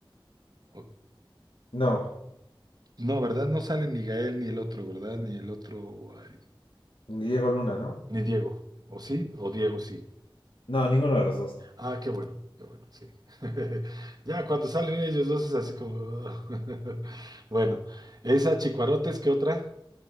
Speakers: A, on the right; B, on the left.
A: O-
B: No.
A: no, ¿verdad? No sale ni Gael ni el otro, ¿verdad? Ni el otro, ay,
B: Diego Luna, ¿no?
A: ni Diego. ¿O sí? O Diego sí.
B: No, ninguno de los dos.
A: Ah, qué bueno, qué bueno, sí. <laughs> Ya cuando salen ellos dos es así como. <laughs> Bueno, esa Chicuarotes, ¿qué otra?